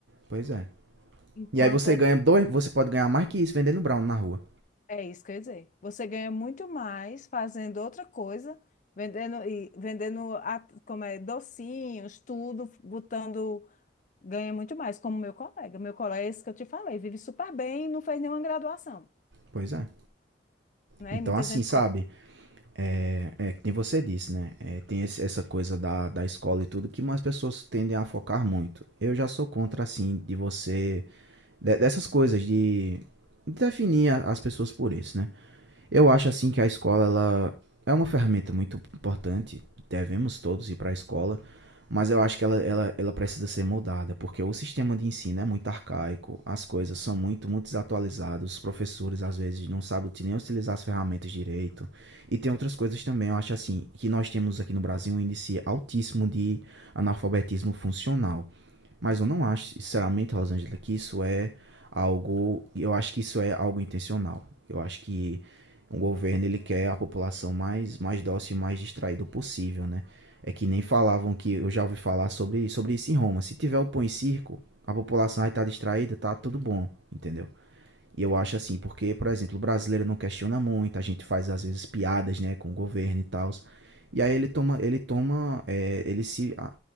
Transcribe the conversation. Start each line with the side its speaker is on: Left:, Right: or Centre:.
Right: Pois é.
Left: Enquanto
Right: E aí você
Left: outro
Right: ganha dois, você pode ganhar mais que isso vendendo brown na rua.
Left: É isso que eu ia dizer. Você ganha muito mais fazendo outra coisa, vendendo e vendendo a- como é, docinhos, tudo, botando, ganha muito mais, como meu colega. Meu colega, esse que eu te falei, vive super bem e não fez nenhuma graduação,
Right: Pois é.
Left: né?
Right: Então,
Left: E muita
Right: assim,
Left: gente
Right: sabe?
Left: como
Right: É, é que é, nem você disse, né? É, tem esse- essa coisa da, da escola e tudo que mais pessoas tendem a focar muito. Eu já sou contra, assim, de você. de- dessas coisas, de, de definir a- as pessoas por isso, né? Eu acho assim que a escola ela é uma ferramenta muito importante. Devemos todos ir para a escola, mas eu acho que ela, ela, ela precisa ser moldada, porque o sistema de ensino é muito arcaico, as coisas são muito, muito desatualizadas, os professores às vezes não sabem nem utilizar as ferramentas direito. E tem outras coisas também, eu acho assim, que nós temos aqui no Brasil um índice altíssimo de analfabetismo funcional. Mas eu não acho, sinceramente, Rosângela, que isso é algo. Eu acho que isso é algo intencional. Eu acho que um governo ele quer a população mais mais dócil e mais distraída possível, né? É que nem falavam que eu já ouvi falar sobre sobre isso em Roma. Se tiver o pão e circo, a população vai estar distraída, tá tudo bom, entendeu? E eu acho assim, porque, por exemplo, o brasileiro não questiona muito, a gente faz às vezes piadas, né, com o governo e tal. E aí ele toma, ele toma, é, ele se ah,